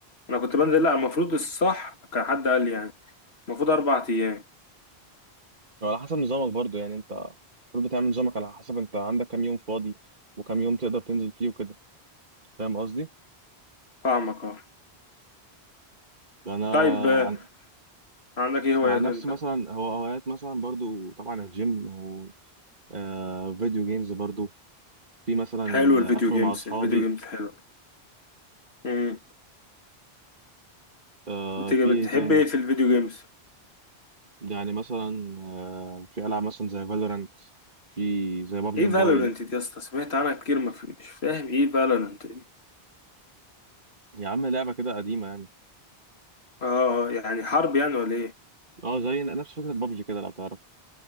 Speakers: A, on the left (about 75°); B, on the right (about 50°).
A: انا كنت بنزل لا المفروض الصح كان حد قال لي يعني المفروض اربع ايام
B: وعلى حسب نظامك برضو يعني انت المفروض بتعمل نظامك على حسب انت عندك كام يوم فاضي وكام يوم تقدر تنزل فيه وكده فاهم قصدي
A: فاهمك اه
B: انا
A: طيب آه،
B: عن
A: عندك ايه هوايات
B: أنا عن نفسي
A: انت
B: مثلا هو هوايات مثلا برضو طبعا الجيم و آه فيديو جيمز برضو في مثلا
A: حلو الفيديو
B: اخرج
A: جيمز
B: مع اصحابي
A: الفيديو جيمز حلو امم
B: آه
A: بتحب
B: في ايه تاني
A: ايه في الفيديو جيمز
B: يعني مثلا آه في العاب مثلا زي فالورانت في زي بابجي
A: ايه
B: موبايل
A: فالورنت دي يا اسطى سمعت عنها كتير ما في مش فاهم ايه فالورنت دي
B: يا عم لعبه كده قديمه يعني
A: اه آه، يعني حرب يعني ولا ايه
B: اه زي نفس فكره بابجي كده لو تعرف